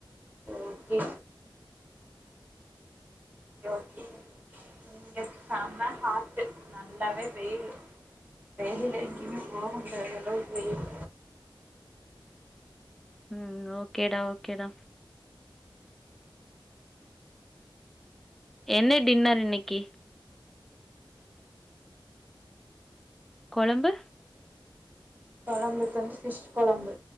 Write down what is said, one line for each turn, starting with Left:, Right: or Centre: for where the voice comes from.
Right: ஓக்கே ஓகே ஓகே இங்க செம ஹாட்டு நல்லாவே வெயில் வெயிலில் எங்கயுமே போகமுடியாத அளவுக்கு வெயில்
Centre: ம் ஓக்கேடா ஓக்கேடா என்ன டின்னர் இன்னிக்கு கொழம்பு
Right: கொலம்புக்கு வந்து பிஸ் கொலம்பு